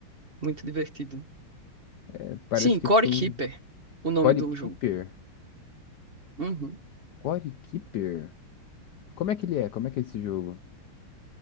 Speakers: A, on the right; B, on the left.
A: Muito divertido.
B: É, parece
A: Sim,
B: que
A: Core
B: tem
A: Keeper,
B: um
A: o nome
B: Core
A: do
B: Keeper.
A: jogo. Uhum.
B: Core Keeper? Como é que ele é? Como é que é esse jogo?